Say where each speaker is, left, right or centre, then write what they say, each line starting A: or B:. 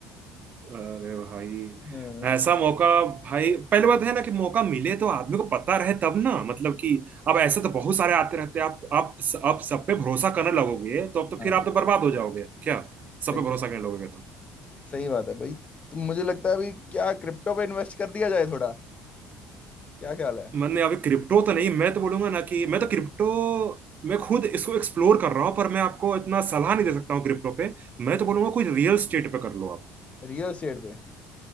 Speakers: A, on the right (about 45°); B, on the left (about 35°).
A: अरे भाई
B: <laughs> हाँ
A: ऐसा मौका भाई पहली बात है ना कि मौका मिले तो आदमी को पता रहे तब ना मतलब कि अब ऐसे तो बहुत सारे आते रहते हैं आप आप आप सब पे भरोसा करने लगोगे तो अब तो
B: हाँ,
A: फिर आप तो बर्बाद हो जाओगे क्या सब
B: सही
A: पे
B: बात
A: भरोसा करने लगोगे तो
B: सही बात है भाई तो मुझे लगता है अभी क्या क्रिप्टो पे इन्वेस्ट कर दिया जाए थोड़ा क्या ख्याल है
A: मैंने अभी क्रिप्टो तो नहीं मैं तो बोलूंगा ना कि मैं तो क्रिप्टो मैं खुद इसको एक्सप्लोर कर रहा हूँ पर मैं आपको इतना सलाह नहीं दे सकता हूँ क्रिप्टो पे मैं तो बोलूंगा कोई रियल स्टेट पे कर लो आप
B: रियल स्टेट पे